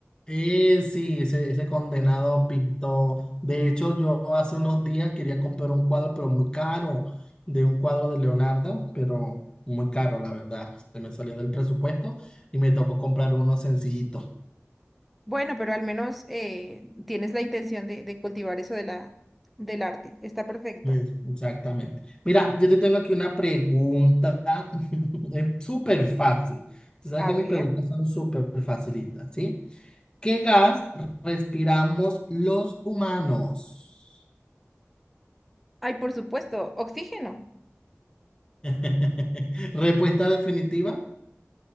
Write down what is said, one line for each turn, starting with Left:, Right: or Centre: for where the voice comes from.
Left: Eh, sí, ese, ese condenado pintó. De hecho, yo hace unos días quería comprar un cuadro, pero muy caro, de un cuadro de Leonardo, pero muy caro, la verdad. Se me salió del presupuesto y me tocó comprar uno sencillito.
Centre: Bueno, pero al menos eh, tienes la intención de, de cultivar eso de la, del arte. Está perfecto.
Left: Pues, Exactamente. Mira, yo te tengo aquí una pregunta. <laughs> Es súper fácil. Tú sabes
Centre: A
Left: que
Centre: ver.
Left: mis preguntas son súper facilitas, ¿sí? ¿Qué gas respiramos los humanos?
Centre: Ay, por supuesto, oxígeno.
Left: <laughs> Respuesta definitiva.